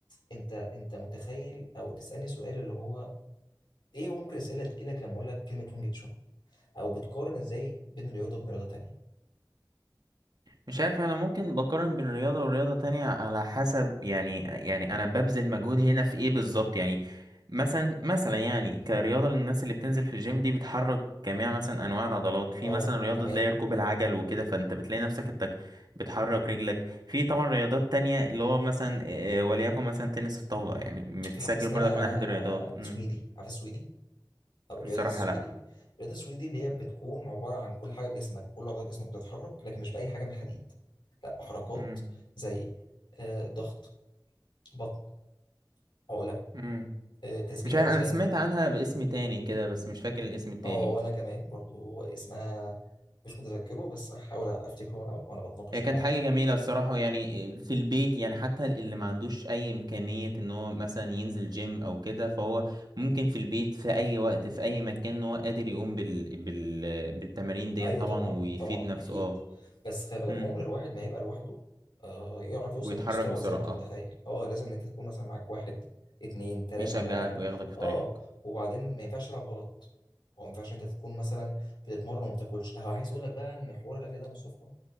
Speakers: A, on the left (about 70°); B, on the right (about 55°).
A: انت انت متخيل او تسالني سؤال اللي هو ايه هو ممكن اسئله تجيلك لما اقول لك كلمه وينج تشون او بتقارن ازاي بين رياضه وبين رياضه تانيه
B: مش عارف انا ممكن بقارن بين رياضة ورياضة تانية على حسب يعني يعني انا ببذل مجهود هنا في ايه بالظبط يعني مثلا مثلا يعني كرياضة للناس اللي بتنزل في الجيم دي بتحرك جميع مثلا انواع العضلات في
A: اه
B: مثلا رياضة
A: تمام
B: تلاقي ركوب العجل وكده فانت بتلاقي نفسك انت بتحرك رجلك في طبعا رياضات تانية اللي هو مثلا آه، وليكن مثلا تنس الطاولة يعني متسجل
A: في حاجه اسمها
B: برضك من احد الرياضات امم
A: سويدي عارف السويدي او رياضه
B: الصراحة
A: السويدي
B: لا
A: الرياضه السويدي دي اللي هي بتكون عباره عن كل حاجه في جسمك وكل عضله في جسمك بتتحرك لكن مش باي حاجه من الحديد لا حركات
B: امم
A: زي آه، ضغط بطن عقله
B: امم
A: آه، تثبيت
B: مش عارف
A: اوزان
B: انا سمعت عنها باسم تاني كده بس مش فاكر الاسم التاني
A: اه وانا كمان برضو اسمها مش متذكره بس هحاول افتكره وانا وانا بتناقش
B: هي كانت
A: معاك
B: حاجة جميلة الصراحة يعني في البيت يعني حتى اللي ما عندوش أي إمكانية إن هو مثلا ينزل جيم أو كده فهو ممكن في البيت في أي وقت في أي مكان إن هو قادر يقوم بال... بال... بالتمارين ديت
A: ايوه
B: طبعا
A: طبعا
B: ويفيد
A: طبعا
B: نفسه
A: اكيد
B: أه
A: بس خلي بالك
B: أمم.
A: عمر الواحد ما يبقى لوحده آه يعرف يوصل
B: ويتحرك
A: لمستوى
B: بسرعة
A: زي ما انت متخيل
B: أه
A: اه لازم ان انت تكون مثلا معاك واحد اتنين تلاتة
B: يشجعك
A: على الاقل
B: وياخدك في
A: اه
B: طريقك
A: وبعدين ما ينفعش تلعب غلط او ما ينفعش انت تكون مثلا بتتمرن وما بتاكلش آه، عايز اقول لك بقى ان حوار الاكل ده مصطفى